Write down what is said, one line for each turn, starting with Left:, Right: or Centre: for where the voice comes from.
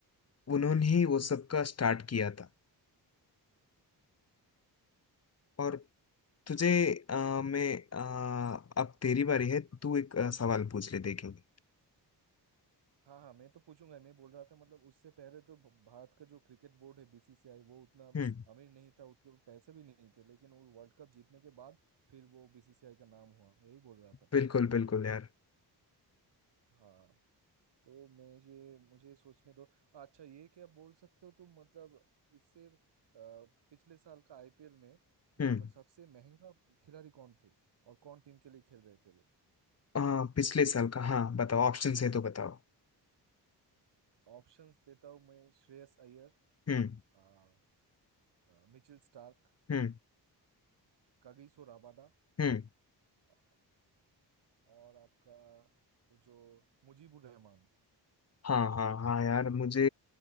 Left: उन्होंने ही वो सब का स्टार्ट किया था और तुझे अ, मैं अ, अब तेरी बारी है तू एक अ, सवाल पूछ ले देखेंगे
Right: हाँ हाँ मैं तो पूछूंगा मैं बोल रहा था मतलब उससे पहले तो भ- भारत का जो क्रिकेट बोर्ड है बीसीसीआई वो उतना
Left: हम्म
Right: अमीर नहीं था उतने पैसे भी नहीं थे लेकिन वो वर्ल्ड कप जीतने के बाद फिर वो बीसीसीआई का नाम हुआ यही बोल रहा था
Left: बिल्कुल बिल्कुल यार
Right: हाँ तो मैं ये मुझे सोचने दो अच्छा ये क्या बोल सकते हो तुम मतलब इससे अ, पिछले साल का आईपीएल में
Left: हम्म
Right: मतलब सबसे महंगा खिलाड़ी कौन थे और कौन टीम के लिए खेल रहे थे वो
Left: अ, पिछले साल का हाँ बताओ ऑप्शंस है तो बताओ
Right: ऑप्शंस देता हूँ मैं श्रेयस अय्यर
Left: हम्म
Right: आ, आ, मिचेल स्टार्क
Left: हम्म
Right: कगिसो राबादा
Left: हम्म
Right: अ, और आपका वो जो मुजीबुर रहमान
Left: हाँ हाँ हाँ यार मुझे